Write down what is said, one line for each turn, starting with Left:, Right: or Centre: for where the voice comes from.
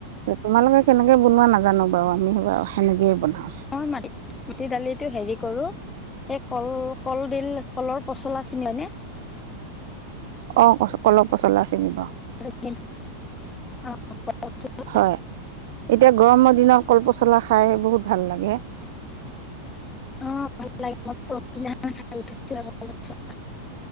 Right: তে তোমালোকে কেনেকে বনোৱা নাজানো বাও আমি বাও সেনেকয়েই বনাওঁ।
Left: <unintelligible> মাটি দালিটো হেৰি কৰো এই কল কলদিল কলৰ পচলা চিনি হয়নে
Right: অ কচ কল পচলা চিনি পাওঁ
Left: <unintelligible> <unintelligible>
Right: হয় এতিয়া গৰমৰ দিনৰত কল পচলা খাই বহুত ভাল লাগে
Left: <unintelligible>